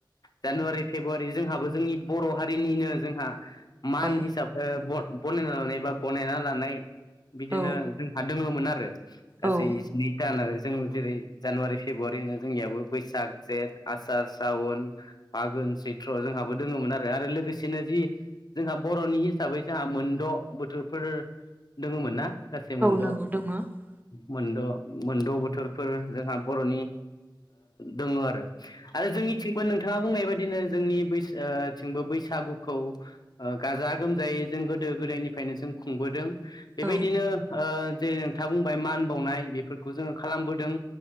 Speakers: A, on the left; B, on the right.
A: जानुवारि फेब्रुवारि जोंहाबो जोंनि बर' हारिनिनो जोंहा मान
B: औ
A: हिसाबै बनायना लानाय बा गनायना लानाय बिदिनो
B: औ
A: जोंहा दङोमोन आरो गासै
B: औ
A: जिनै दान आरो जों जेरै जानुवारि फेब्रुवारि होनो जोंनियाबो बैसाग जेठ आसार सावन फागोन सैत्र जोंहाबो दोङोमोन आरो लोगोसेनो जि जोंहा बर'नि हिसाबै जोंहा मोनद' बोथोरफोर, दङमोन ना गासै मोनद'
B: नंगौ
A: औ
B: दङ औ
A: मोनद' मोनद' बोथोरफोर जोंहा ओ बर'नि दङ आरो आरो जोंनिथिंबो नोंथाङा बुंनाय बायदिनो जोंनि बैसाग, थिंबो बैसागुखौ गाजा गोमजायै जों गोदो गोदायनिफ्रायनो जों खुंबोदों। बेबायदिनो
B: औ
A: ओ जेरै नोंथाङा बुंबाय मान बावनाय बेफोरखौ जोङो खालामबोदों।